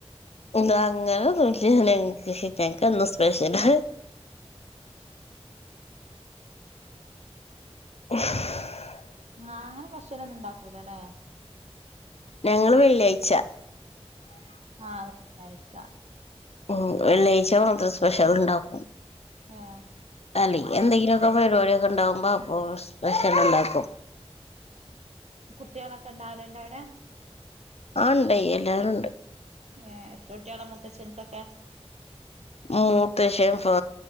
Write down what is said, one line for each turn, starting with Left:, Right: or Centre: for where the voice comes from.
Left: എന്താ അങ്ങനെ ഒന്നുല്ല്യ എനിക്ക് എനികെന്നും സ്പെഷലാ
Right: <unintelligible>
Left: <unintelligible>
Right: നാങ്ങല് ഫെഷലൊന്നും ഉണ്ടാക്കൂലല്ലേ
Left: ഞങ്ങള് വെള്ളിയാഴ്ച
Right: ആഹ് ശനിയാഴ്ച
Left: ഉം വെള്ളിയാഴ്ച മാത്ര സ്പെഷ്യൽ ഉണ്ടാക്കും
Right: ആഹ്
Left: അല്ലങ്കി എന്തെങ്കിലുക്കെ പരിപാടിയൊക്കെ ഉണ്ടാകുമ്പോ ഓ സ്പെഷ്യലുണ്ടാക്കും
Right: കുട്ടികളൊക്കെണ്ടാവലണ്ടവിടെ
Left: ആ ഉണ്ട്
Right: മൂ
Left: എല്ലാരും ഉണ്ട്
Right: ഏ എത്ര കുട്ട്യോളാ മൂത്തച്ചൻകൊക്കെ..
Left: മൂത്തഷൻ ഫാ